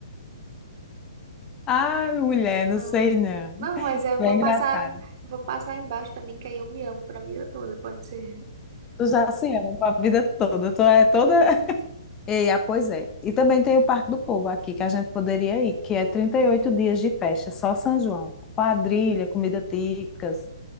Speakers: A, on the left; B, on the right.
A: Ai, mulher, não
B: Ah,
A: sei não.
B: Não, mas eu
A: Tu
B: vou
A: é engraçada.
B: passar, eu vou passar embaixo também, que aí eu me amo pra vida toda, pode ser.
A: Tu já se ama para a vida toda. Tu é toda. Ei, ah, pois é. E também tem o Parque do Povo aqui, que a gente poderia ir, que é 38 dias de festa, só São João. Quadrilha, comida típicas